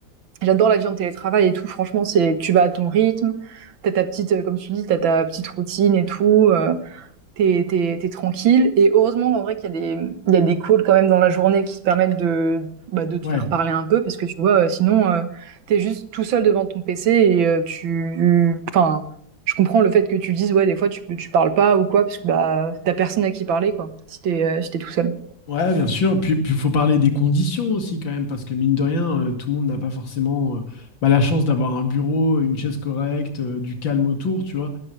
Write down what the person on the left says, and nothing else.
Ouais.
Ouais, bien sûr. Puis il faut parler des conditions aussi quand même, parce que mine de rien, euh, tout le monde n'a pas forcément euh, bah, la chance d'avoir un bureau, une chaise correcte, euh, du calme autour, tu vois.